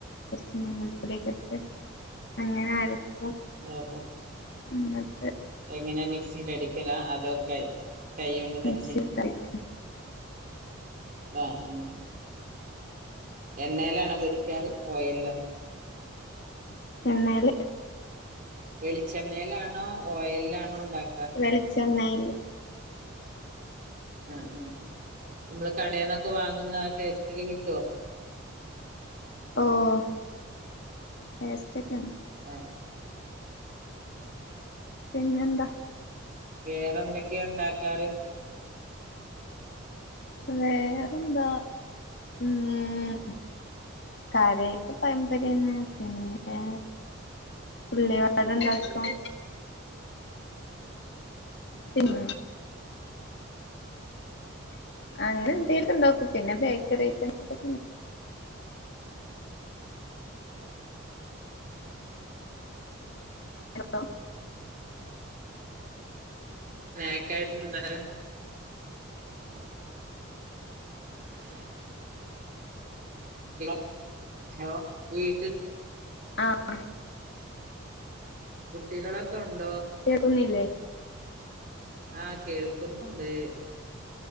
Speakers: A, on the left; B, on the right.
A: കുറച്ച് ഉം ഇത്രയോക്കെ അങ്ങനൊയിരിക്കും
B: ഓ ഓ
A: <unintelligible> എന്നിട്ട്
B: എങ്ങനെ മിക്സിൽ അടിക്കല അതൊ കൈ കൊണ്ട് ഇങ്ങനെ
A: മിക്സിയിലിട്ടരക്കും
B: ചെയ്യ ആ ഉ എണ്ണേലാണോ പൊരിക്കാറ് ഓയൽലൊ
A: എണ്ണേല്
B: വെളിച്ചെണ്ണേലാണോ ഓയലാണോ ഉണ്ടാക്ക
A: വെളിച്ചെണ്ണേൽ
B: ആ ആ നമ്മള് കടെന്നൊക്കെ വാങ്ങുന്ന ആ ടേസ്റ്റില് കിട്ടോ
A: ഓഹ് ടെസ്റ്റോക്കെണ്ട്
B: അ
A: പിന്നെ എന്താ
B: വേറെ എന്തൊക്കെയ ഉണ്ടാക്കാറ്
A: വേറെന്താ ഉം കാര്യായ്ട്ട് പയമ്പര്യന്നെ പിന്നെ ഉള്ളിവടണ്ടാക്കും പിന്നെ അങ്ങനെ എന്തേലു ണ്ടോക്കും പിന്നെ ബേക്കറി ഐറ്റംസ് ഒക്കെ ഹലോ
B: സ്നെക്കായിട്ടിന്തണ് <unintelligible> ഹലോ ഹലോ വീട്ടിലാ
A: ആഹ
B: കുട്ടികളൊക്കെ ഉണ്ടാ
A: കേക്കുന്നല്ലേ
B: ആഹ കേൾക്കുന്നുണ്ട്